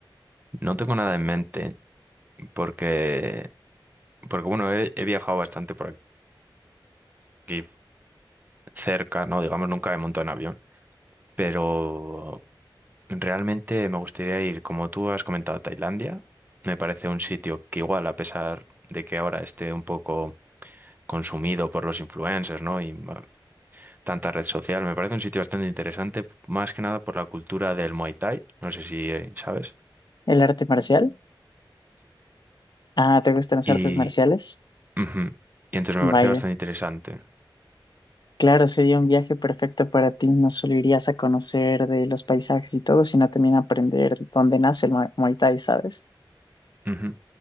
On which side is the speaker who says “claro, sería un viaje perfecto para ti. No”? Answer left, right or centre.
Left